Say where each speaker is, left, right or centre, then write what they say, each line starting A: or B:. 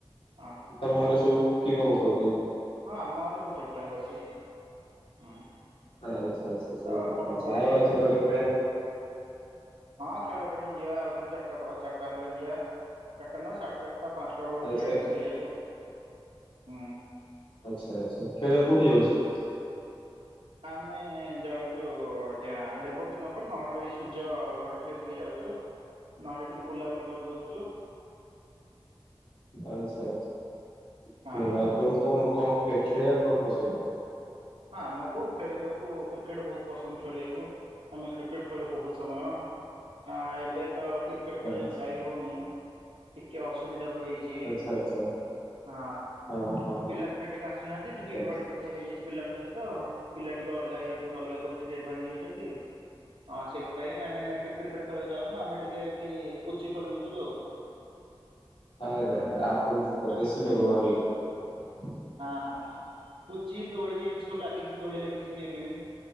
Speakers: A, on the right (about 75°); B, on the left (about 70°).
A: ହଁ
B: ତମ ଘରେ ସବୁ କିଏ କଣ କହୁଛନ୍ତି?
A: ହଁ, ଆମ ଘରେ ସବୁ ଠିକ ଠାକ ଅଛି। ହୁଁ
B: ଆଚ୍ଛା, ଆଚ୍ଛା, ସବୁ
A: ଆଉ
B: ଛୋଟ
A: ଆପଣ
B: ଅଛ
A: କୁଆଡ଼େ
B: ଆଉ ଆଜି ପଟେ ଖେଳାଳ
A: ହଁ ଖେଳଳି ଖେଳି ଯିବା ଆଉ ଟିକେ ଚାରିଟା, ଚାରିଟା ହେଲେ ଯିବା, ଚାରିଟା ନହ ସାଢେ ଚାରିଟା ଆଟା ପାଞ୍ଚଟା ବେଳକୁ
B: ଆଚ୍ଛା
A: ଯିବା ଠିକ ଖେଳିବାକୁ, ହୁଁ
B: ଆଛା, ଆଛା, ଖେଳିବା କୋଉଠି ଯାଉଛେ?
A: ଆମେ ଯାଉଚୁ। ଚୁ ଆଜ୍ଞା ରେବତୀ ନଗର ନହଲେ ସୂର୍ଯ୍ୟ ଘରିଠିକି ଟିକେ ଯାଉଚୁ ନହେଲେ ଟିକେ ବୁଲାବୁଲି କରିଦଉଚୁ।
B: ଆଛା। ଆଛା। ତ
A: ହଁ।
B: ଆପଣଙ୍କୁ କଣ କଣ କ ହେ ଖେଳିଆକୁ କଣ ପସନ୍ଦ?
A: ହଁ ଆମକୁ ଖେଳିବାକୁ କ୍ରିକେଟ୍ ବହୁତ ପସନ୍ଦ ଖେଳିବାକୁ। ଆମେ କ୍ରିକେଟ ଖେଳୁ ବହୁତ ସମୟ। ଆ ଏବେ ତ କ୍ରିକେଟ ଖେଳିବାକୁ
B: ଆଚ୍ଛା
A: ଯାଇ ହଉନି ଟିକେ ଅସୁବ ସୁବିଧା ହୋଇଯାଇଚି।
B: ଆଚ୍ଛା। ଆଚ୍ଛା।
A: ହଁ
B: ଓହୋ
A: ପିଲା ଫିଲା ଟିକେ ଆସୁନାହାନ୍ତି, ଟିକେ
B: ଆ
A: କଳି କଜିଆ ହେଇଯାଇଚି ପିଲାଙ୍କ ସହିତ ଆଉ। ପିଲା ଟିକେ ଅଲଗା ହେଇଯାଇଚନ୍ତି, ଅଲଗା ଗୋଷ୍ଠୀରେ ଭାଙ୍ଗି ଯାଇଛନ୍ତି। ହଁ ସେଇଥିପାଇଁ ଆମେ ଏଇନା ଟି କ୍ରିକେଟ୍ ଖେଳିବାକୁ ଯାଉନୁ ଆମେ ଟିକେ ଏଇଠି ପୁଚି ଖେଳିଦଉଚୁ ଆଉ।
B: ଆ ଆ ଆପଣ ତ ପୂରା
A: ହଁ
B: ଦେଶୀ ଲୋକ ବାହାରି ଗଲେ।
A: ହଁ ହଁ ହଁ ପୁଚି ଦୋଳି ଏମିତି ସବୁ ଲାଗିଚି, ଦୋଳି ଲାଗିଚି ଏବେ ବି।